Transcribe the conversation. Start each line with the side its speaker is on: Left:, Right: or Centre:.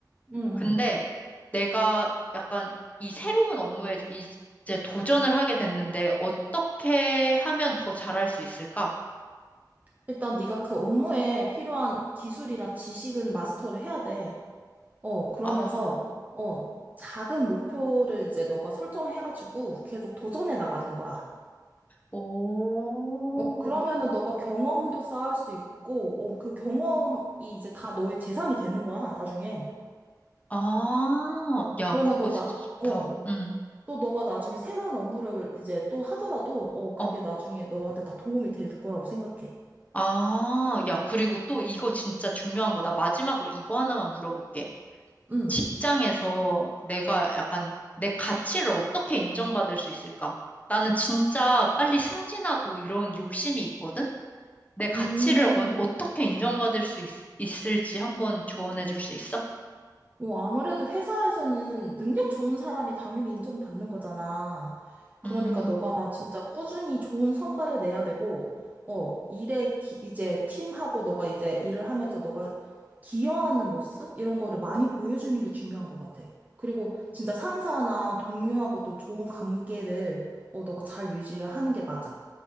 Right: 응, 응.
Left: 근데 내가 약간 이 새로운 업무에 이제 도전을 하게 됐는데 어떻게 하면 더 잘할 수 있을까?
Right: 일단 네가 그 업무에 필요한 기술이나 지식은 마스터를 해야 돼. 어, 그러면서,
Left: 아,
Right: 어, 작은 목표를 이제 너가 설정해가지고 계속 도전해 나가는 거야.
Left: 오,
Right: 어, 그러면은 너가 경험도 쌓을 수 있고, 어, 그 경험이 이제 다 너의 재산이 되는 거야, 나중에.
Left: 아, 야,
Right: 그러면
Left: 그거
Right: 너
Left: 진짜
Right: 나,
Left: 좋다.
Right: 어,
Left: 응,
Right: 또 너가 나중에 새로운 업무를 이제 또 하더라도, 어, 그게
Left: 어.
Right: 나중에 너한테 다 도움이 될 거라고 생각해.
Left: 아, 야, 그리고 또 이거 진짜 중요한 거다. 마지막으로 이거 하나만 물어볼게.
Right: 응.
Left: 직장에서 내가 약간 내 가치를 어떻게 인정받을 수 있을까? 나는 진짜 빨리 승진하고 이런 욕심이 있거든? 내 가치를
Right: 음.
Left: 어, 떻게 인정받을 수 있, 을지 한번 조언해 줄 수 있어?
Right: 어, 아무래도 회사에서는 능력 좋은 사람이 당연히 인정받는 거잖아. 그러니까
Left: 음,
Right: 너가 진짜 꾸준히 좋은 성과를 내야 되고, 어, 일에 기- 이제 팀하고 너가 이제 일을 하면서 너가 기여하는 모습? 이런 거를 많이 보여주는 게 중요한 것 같아. 그리고 진짜 상사나 동료하고도 좋은 관계를 어, 너가 잘 유지를 하는 게 맞아.